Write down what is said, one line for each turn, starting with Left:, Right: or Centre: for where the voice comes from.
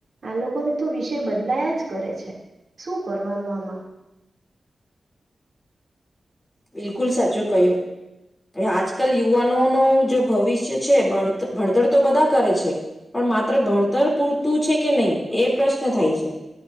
Right: આ લોકોને તો વિષય બદલાયા જ કરે છે શું કરવાનું આમાં.
Left: બિલકુલ સાચું કહ્યું, એ આજકાલ યુવાનોનું જે ભવિષ્ય છે ભણ ભણતર તો બધા કરે છે પણ માત્ર ભણ તર પૂરતું છે કે નય એ પ્રશ્ન થાય છે